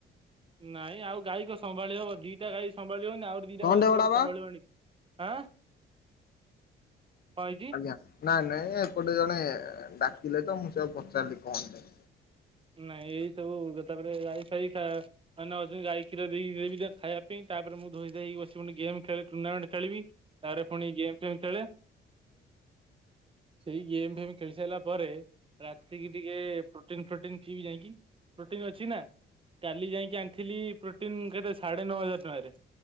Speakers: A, on the right; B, on the left.
A: ନାଇଁ ଆଉ ଗାଈ କ ସମ୍ଭାଳି ହବ ଦିଟା ଗାଈ ସମ୍ଭାଳିିହଉନି ଆଉ ଦିଟା
B: କଣଟେ
A: ଗାଈ
B: ବଡ
A: କୁଆଡୁ
B: ବାବା?
A: ସମ୍ଭାଳିବୁ ଆଣିକି। ଆଁ। କଣ ହେଇଛି
B: ଆଜ୍ଞା ନାଇ ନାଇଁ ଏପଟେ ଜଣେ। ଥିଲେ ତ ମୁଁ ସେ ପଚାରିଲି କଣ।
A: ନାଇଁ ଏଇ ସବୁ ତାପରେ ଗାଈ ଫାଇ ତା ମାନେ ଅଛନ୍ତି ଗାଈ କ୍ଷୀର ଦେଇକି ଦେବି ଖାଇବା ପାଇଁ। ତାପରେ ମୁଁ ଧୋଇ ଧାଇକି ବସି ପୁଣି ଗେମ୍ ଖେଳେ ଟୁର୍ଣ୍ଣାମେଣ୍ଟ ଖେଳିବି ତାରେ ପୁଣି ଗେମ୍ ଫେମ୍ ଖେଳେ। <inaudible> ସେଇ ଗେମ୍ ଫେମ୍ ଖେଳି ସାରିଲା ପରେ ରାତିକି ଟିକେ ପ୍ରୋଟିନ ଫ୍ରୋଟିନ। ପିଇବି ଯାଇକି ପ୍ରୋଟିନ ଅଛି ନା। କାଲି ଯାଇକି ଆଣିଥିଲି ପ୍ରୋଟିନ୍ ଘରେ ସାଢ଼େ ନଅ ହଜାର ଟଙ୍କାରେ।